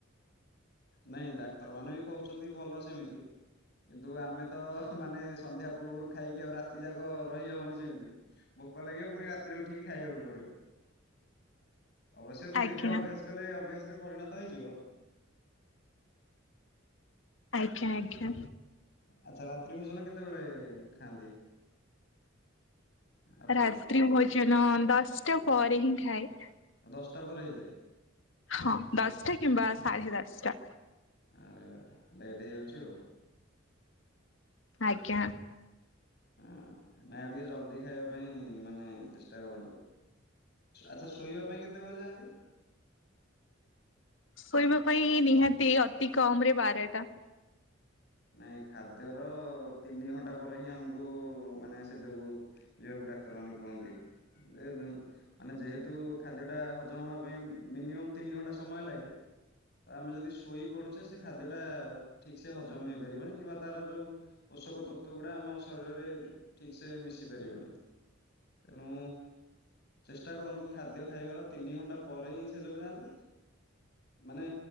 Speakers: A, on the left (about 55°); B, on the left (about 70°).
A: ନାଇଁ ଡାକ୍ତର ମାନ ବି କହୁଛନ୍ତି ଭଲ ସେମିତି କିନ୍ତୁ ଆମେ ତ ମାନେ ସନ୍ଧ୍ୟା ପୂର୍ବରୁ ଖାଇକି ଆଉ ରାତି ଯାକ ରହିହବନି ସେମିତି ଭୋକ ଲାଗିବ ପୁଣି ରାତିରେ ଉଠିକି ଖାଇବାକୁ ପଡିବ। ଅବଶ୍ୟ ଧୀରେ
B: ଆଜ୍ଞା
A: ଧୀରେ ଅଭ୍ୟାସ କଲେ ଅଭ୍ୟାସରେ ପରିଣତ ହେଇଯିବ।
B: ଆଜ୍ଞା ଆଜ୍ଞା।
A: ଆଚ୍ଛା ରାତ୍ରି ଭୋଜନ କେତେବେଳେ ଖାଆନ୍ତି? ଆପଣ
B: ରାତ୍ରି ଭୋଜନ ଦଶଟା ପରେ ହିଁ ଖାଏ।
A: ଦଶଟା ପରେ ହେଇଯାଏ।
B: ହଁ ଦଶଟା କିମ୍ବା ସାଢ଼େ ଦଶଟା।
A: ଆରେ ଲେଟ୍ ହେଇଯାଉଛୁ ଆ
B: ଆଜ୍ଞା।
A: ହଁ ନାଇ ଆଉ ଟିକେ ଜଲଦି ଖାଇବା ପାଇଁ ମାନେ ଚେଷ୍ଟା କରନ୍ତୁ ଆଚ୍ଛା ଶୋଇବା ପାଇଁ କେତେବେଳେ ଯାଆନ୍ତି?
B: ଶୋଇବା ପାଇଁ ନିହାତି ଅତି କମ ରେ ବାରେଟା।
A: ନାଇଁ ଖାଦ୍ୟର ତିନି ଘଣ୍ଟା ପରେ ହିଁ ଆମକୁ ମାନେ ସେ ଯୋଗୁ ଯିବାକୁ ଡାକ୍ତର ମାନେ କୁହନ୍ତି ମାନେ ଯେହେତୁ ଖାଦ୍ୟ ଟା ହଜମ ହବା ପାଇଁ ମିନିମମ୍ ତିନି ଘଣ୍ଟା ସମୟ ଲାଗେ ତ ଆମେ ଯଦି ଶୋଇ ପଡୁଛେ ସେ ଖାଦ୍ୟ ଟା ଠିକ ସେ ହଜମ ହେଇପାରିବନି କିମ୍ବା ତାର ଯୋଉ ପୋଷକ ତତ୍ଵ ଗୁଡା ଆମ ଶରୀରରେ ଠିକ ସେ ମିଶି ପାରିବନି ତେଣୁ ଚେଷ୍ଟା କରନ୍ତୁ ଖାଦ୍ୟ ଖାଇବାର ତିନି ଘଣ୍ଟା ପରେ ହିଁ ଶେଯ କୁ ଯାଆନ୍ତୁ ମାନେ